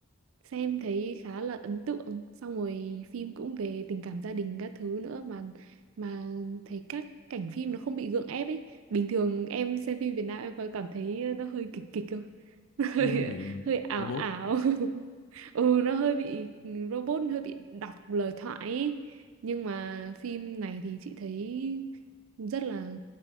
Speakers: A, on the right (about 80°); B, on the left (about 60°).
A: Xem thấy khá là ấn tượng. Xong rồi phim cũng về tình cảm gia đình các thứ nữa mà mà thấy các cảnh phim nó không bị gượng ép ấy. Bình thường em xem phim Việt Nam em có cảm thấy nó hơi kịch kịch không? hơi
B: Nó về
A: hơi ảo
B: robot.
A: ảo <laughs> ừ nó hơi bị ừ, robot hơi bị đọc lời thoại ấy. nhưng mà phim này thì chị thấy rất là